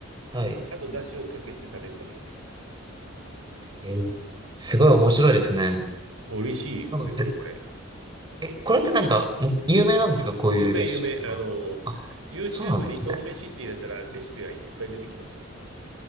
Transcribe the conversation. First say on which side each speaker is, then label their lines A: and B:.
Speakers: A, on the right (about 20°); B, on the right (about 80°).
A: はい。
B: あと出汁をかけて食べるだけ。
A: えーすごい面白いですね。なん
B: 美味しいですよ、
A: かぜ
B: これ。
A: え、これってなんか、もう有名なんですかこういうレシピは。
B: 有名、有名。あの、
A: あ、
B: YouTube
A: そうなんですね。
B: に豆飯って入れたらレシピはいっぱい出てきますよ。